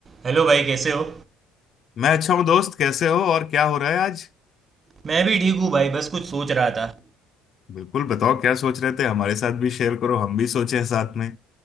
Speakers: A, on the right; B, on the left.
A: Hello भाई कैसे हो
B: मैं अच्छा हूँ दोस्त कैसे हो और क्या हो रहा है आज
A: मैं भी ठीक हूँ भाई बस कुछ सोच रहा था
B: बिल्कुल बताओ क्या सोच रहे थे हमारे साथ भी शेयर करो हम भी सोचे साथ में